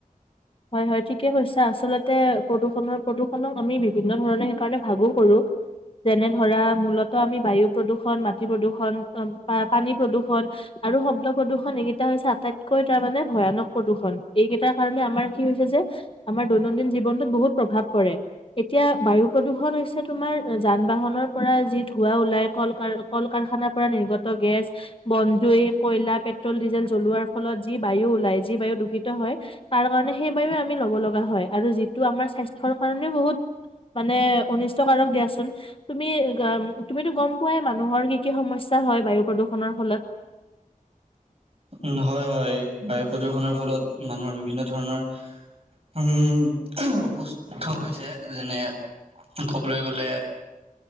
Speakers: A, on the left (about 40°); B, on the right (about 45°).
A: হয় হয় ঠিকেই কৈছা আচলতে প্ৰদূষণ প্ৰদূষণক আমি বিভিন্ন ধৰণে সেইকাৰণে ভাগো কৰোঁ যেনে ধৰা মূলত আমি বায়ু প্ৰদূষণ মাটি প্ৰদূষণ পানী প্ৰদূষণ আৰু শব্দ প্ৰদূষণ এইকেইটা হৈছে আটাইতকৈ তাৰমানানে ভয়ানক প্ৰদূষণ এইকেইটাৰ কাৰণে আমাৰ। কি হৈছে যে আমাৰ দৈনন্দিন জীৱনতত বহুত প্ৰভাৱ পৰে এতিয়া বায়ু প্ৰদূষণ হৈছে তোমাৰ যান বাহনৰ পৰা যি ধোৱাঁ ওলাই কল কাৰ কল কাৰখানাৰ পৰা নিৰ্গত গেছ বন জুই কয়লা পেট্ৰল ডিজেল জ্বলোৱাৰ ফলত যি বায়ু ওলাই যি বায়ু দূষিত হয় তাৰ কাৰণে। সেই বায়ু আমি ল'ব লগা হয় আৰু যিটো আমাৰ স্বাস্থ্যৰ কাৰণেও বহুত মানে অনিষ্টকাৰক দিয়াচোন তুমি তুমিতো গম পোৱাই মানুহৰ কি কি সমস্যা হয় বায়ু প্ৰদূষণৰ ফলত।
B: উ হয় হয় বায়ু প্ৰদূষনৰৰ ফলত মানুহৰ বিভিন্ন ধৰণৰ উম অসুস্থ হৈছে যেনে কবলৈ গ'লে